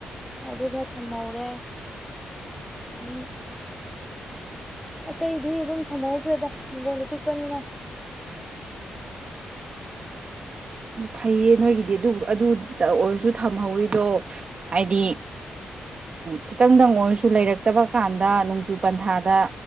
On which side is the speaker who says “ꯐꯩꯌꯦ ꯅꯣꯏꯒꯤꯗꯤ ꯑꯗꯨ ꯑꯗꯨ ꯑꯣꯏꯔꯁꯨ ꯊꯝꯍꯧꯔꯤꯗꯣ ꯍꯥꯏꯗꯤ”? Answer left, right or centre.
Right